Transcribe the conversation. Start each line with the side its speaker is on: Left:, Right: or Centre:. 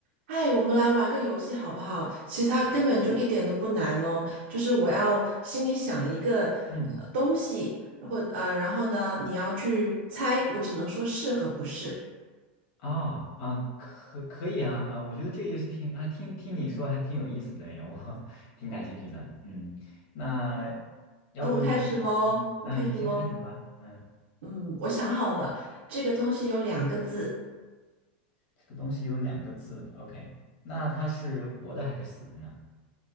Right: 嗨，我们来玩个游戏好不好？其实它根本就一点都不难哦，就是我要心里想一个呃东西，
Left: 嗯
Right: 然后呃，然后呢，你要去猜，我只能说是和不是。
Left: 啊啊，可可以啊啊，我觉得这个游戏挺啊听听你说还挺有意思的耶，我 <laughs> 挺感兴趣的。嗯，那要不你你你嗯，
Right: 那我开始喽，我开始喽。
Left: 你先开始吧。嗯，
Right: 嗯，我想好了，这个东西有两个字，
Left: 这个东西有两个字，OK，那它是活的还是死的呢？